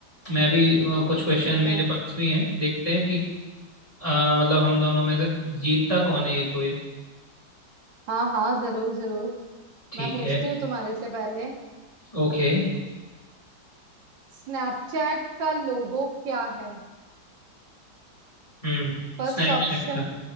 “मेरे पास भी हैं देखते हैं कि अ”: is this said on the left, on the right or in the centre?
Left